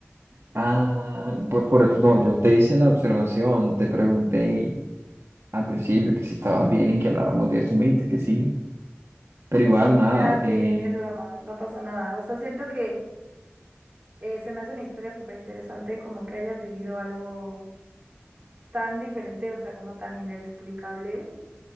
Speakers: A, on the right; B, on the right.
A: <laughs>
B: Ah, por, por- no, yo te hice la observación, te pregunté al principio que si estabas bien en que habláramos de esto, me dijiste que sí, pero igual nada,
A: Ah,
B: eh,
A: sí, es broma, no pasa nada. O sea, siento que Eh, se me hace una historia súper interesante, como que hayas vivido algo tan diferente, o sea, como tan inexplicable.